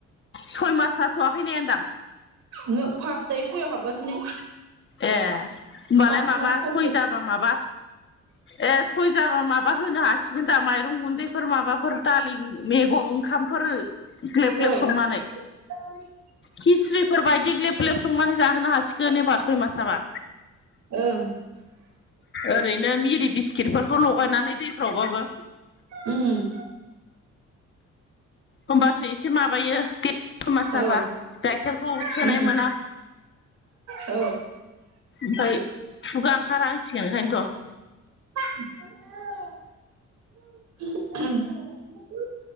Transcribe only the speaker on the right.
नोङो फास‌ दायो सयआव हाबगासिनो।
फास
मास कमप्लिट
औ
<unintelligible>
ओं।
उम
औ
उम
औ
<unintelligible>